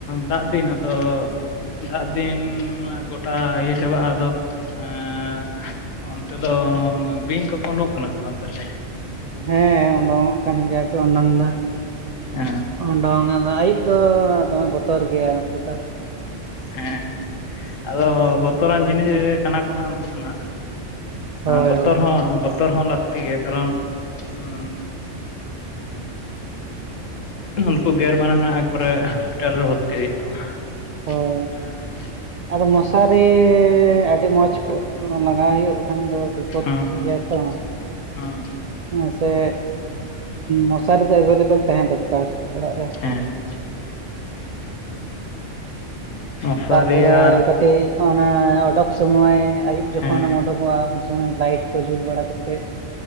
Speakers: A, on the left; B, on the right.
A: ᱫᱟᱜ ᱫᱤᱱ ᱟᱫᱚ, ᱫᱟᱜ ᱫᱤᱱ ᱜᱚᱴᱟ ᱤᱭᱟᱹ ᱪᱟᱵᱟᱜᱼᱟ ᱟᱫᱚ ᱮᱸ, ᱚᱱᱛᱮ ᱫᱚ ᱵᱤᱧ ᱠᱚᱠᱚ ᱩᱰᱩᱜᱚᱜ ᱠᱟᱱᱟ ᱥᱮ ᱵᱟᱝ ᱛᱟᱦᱚᱞᱮ?
B: ᱦᱮᱸ ᱩᱰᱩᱝᱚᱜ ᱠᱟᱱ ᱜᱮᱭᱟ ᱠᱚ ᱩᱰᱩᱝ ᱫᱚ
A: ᱦᱮᱸ
B: ᱩᱰᱩᱝ ᱟᱫᱚ ᱟᱹᱭᱩᱵ ᱫᱚ ᱫᱚᱢᱮ ᱵᱚᱛᱚᱨ ᱜᱮᱭᱟ ᱱᱚᱛᱮ ᱫᱚ
A: ᱦᱮᱸ ᱟᱫᱚ ᱵᱚᱛᱚᱨᱟᱱ ᱡᱤᱱᱤᱥ ᱜᱮ ᱠᱟᱱᱟ ᱠᱚ ᱱᱟᱜ ᱩᱱᱠᱩ ᱫᱚ ᱱᱟᱜ
B: ᱦᱳᱭ
A: ᱵᱚᱛᱚᱨ
B: ᱦᱳᱭ
A: ᱦᱚᱸ ᱵᱚᱛᱚᱨ ᱦᱚᱸ ᱞᱟᱹᱠᱛᱤ ᱜᱮ ᱠᱟᱨᱚᱱ ᱩᱸ ᱮᱸ ᱩᱱᱠᱩ ᱜᱮᱨ ᱢᱟᱱᱮ ᱱᱟᱜ ᱮᱠᱵᱟᱨᱮ ᱦᱚᱥᱯᱤᱴᱟᱞ ᱨᱮ ᱵᱷᱚᱨᱛᱤᱜ ᱦᱩᱭᱩᱜ ᱛᱟᱢᱟ᱾ <inaudible>
B: ᱦᱳᱭ ᱟᱫᱚ ᱢᱚᱥᱟᱨᱤ ᱟᱹᱰᱤ ᱢᱚᱸᱡᱽ ᱠᱚ ᱞᱟᱜᱟᱣ ᱦᱩᱭᱩᱜᱼᱟ ᱵᱟᱠᱷᱟᱱ ᱫᱚ, ᱯᱩᱼᱛᱷᱤ
A: ᱦᱩᱸ ᱦᱩᱸ
B: ᱜᱮᱭᱟ ᱛᱚ,
A: ᱦᱩᱸ
B: ᱦᱮᱸ ᱥᱮ ᱢᱚᱥᱟᱨᱤ ᱫᱚ ᱮᱵᱮᱞᱮᱵᱮᱞ ᱛᱟᱦᱮᱸ ᱫᱚᱨᱠᱟᱨ ᱚᱲᱟᱜ ᱨᱮ᱾
A: ᱦᱮᱸ ᱢᱚᱥᱟᱨᱤ
B: ᱛᱟᱨᱯᱚᱨᱮ
A: ᱟᱨ
B: ᱠᱟ ᱴᱤᱡ ᱚᱱᱟ ᱚᱰᱚᱠ ᱥᱚᱢᱚᱭ ᱟᱹᱭᱩᱵ ᱡᱚᱠᱷᱚᱱ,
A: ᱦᱮᱸ
B: ᱚᱰᱚᱠᱚᱜᱼᱟ ᱩᱱ ᱥᱚᱢᱚᱭ ᱞᱟᱭᱤᱴ ᱠᱚ ᱡᱩᱞ ᱵᱟᱲᱟ ᱠᱟᱛᱮᱫ